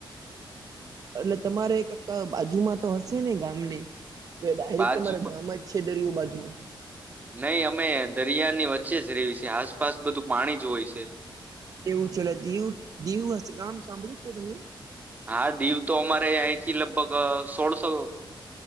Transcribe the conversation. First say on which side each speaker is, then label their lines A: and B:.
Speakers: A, on the right (about 45°); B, on the right (about 20°).
A: એટલે તમારે એક બાજુમાં તો હશે ને ગામની. તો ડાયરેક્ટ
B: બાજુમાં
A: તમારા ગામમાં જ છે દરયું બાજુ ન
B: નહી અમે દરિયાની વચ્ચે જ રવી છે આસપાસ બધું પાણી જ હોય છે.
A: એવું છે દીવું દીવું ગામ સાંભળું છે તમ.
B: હા દીવ તો અમારે અહીંથી લગભગ સોળસો.